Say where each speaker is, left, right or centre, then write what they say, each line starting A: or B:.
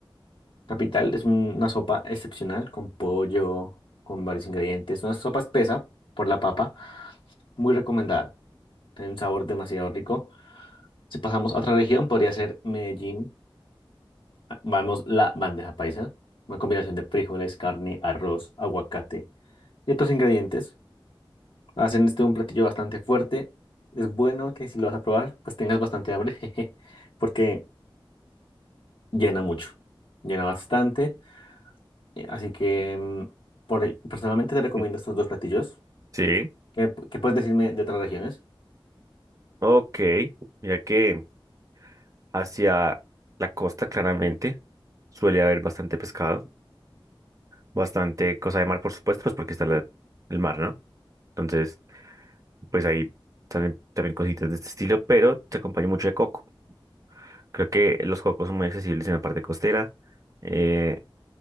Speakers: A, on the left (about 65°); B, on the right (about 40°).
A: capital. Es un- una sopa excepcional con pollo, con varios ingredientes. Una sopa espesa por la papa, muy recomendada. Tiene un sabor demasiado rico. Si pasamos a otra región, podría ser Medellín. Vamos, la bandeja paisa, una combinación de frijoles, carne, arroz, aguacate y otros ingredientes. Hacen este un platillo bastante fuerte. Es bueno que si lo vas a probar, pues tengas bastante hambre, <laughs> jeje, porque llena mucho, llena bastante. Eh, Así que mm, por, el- personalmente te recomiendo
B: Mm,
A: estos dos platillos.
B: Sí,
A: ¿Qué, qué puedes decirme de otras regiones?
B: ok. Mira que hacia la costa claramente suele haber bastante pescado. bastante cosa de mar, por supuesto, pues porque está la- el mar, ¿no? Entonces, pues ahí salen también cositas de este estilo, pero se acompaña mucho de coco. Creo que los cocos son muy accesibles en la parte costera, eh,